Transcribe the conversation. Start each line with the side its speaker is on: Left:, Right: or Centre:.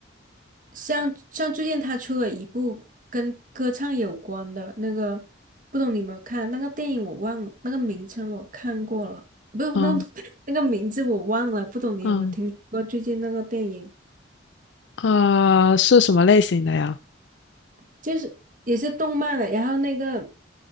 Right: 像像最近他出了一部跟歌唱有关的那个，不懂你有没有看？那个电影我忘了，那个名称我看过了，不，
Left: 嗯
Right: 那个 <laughs> 那个名字我忘了，不懂你有没有听说过最近那个电影？
Left: 嗯，呃，是什么类型的呀？
Right: 就是也是动漫的，然后那个